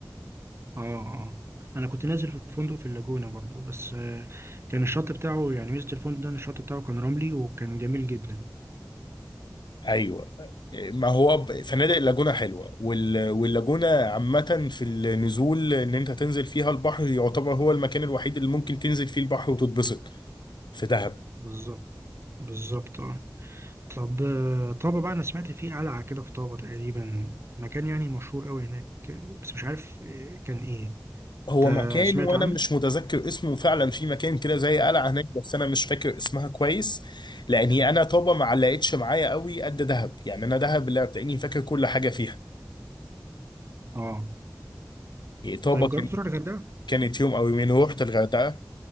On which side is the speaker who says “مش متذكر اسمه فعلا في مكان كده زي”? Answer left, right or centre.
Left